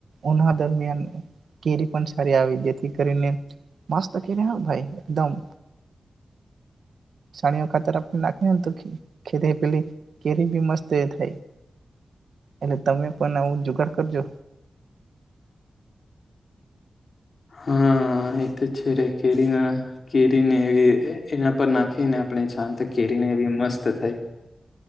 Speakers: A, on the right (about 80°); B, on the left (about 50°).
A: ઉના દરમિયાન કેરી પણ સાડી આવી જેથી કરીને મસ્ત કેરી ભાઈ એકદમ સાડીઓ ખાતર આપણે તો ખેરી પેલી કેરી બી મસ્ત થાય એટલે તમે પણ આવું જુગડ કરજો.
B: હા એ તો છે ર કેરીના કેરીને એવી એના પર નાખીને આપણે જ તો કેરીને એવી મસ્ત થાય